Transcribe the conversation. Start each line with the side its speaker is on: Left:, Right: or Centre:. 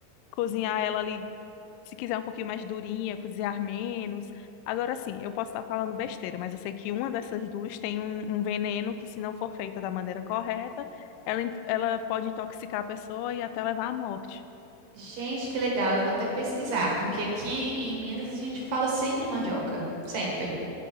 Left: cozinhar ela ali, se quiser um pouquinho mais durinha, cozinhar menos. Agora sim, eu posso estar falando besteira, mas eu sei que uma dessas duas tem um, um veneno que, se não for feita da maneira correta, ela, in- ela pode intoxicar a pessoa e até levar à morte.
Right: Gente, que legal. Eu vou até pesquisar, porque aqui em Minas a gente fala sempre mandioca, sempre.